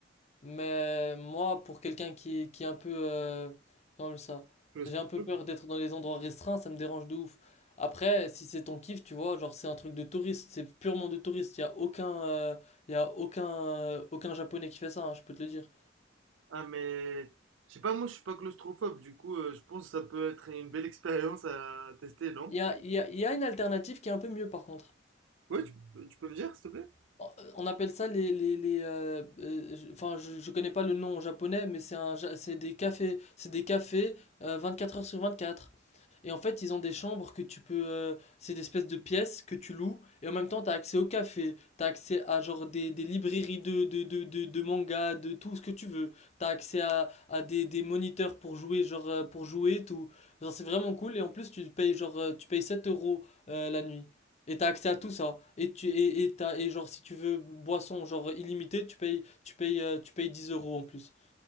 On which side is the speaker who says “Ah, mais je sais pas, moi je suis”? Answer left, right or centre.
Right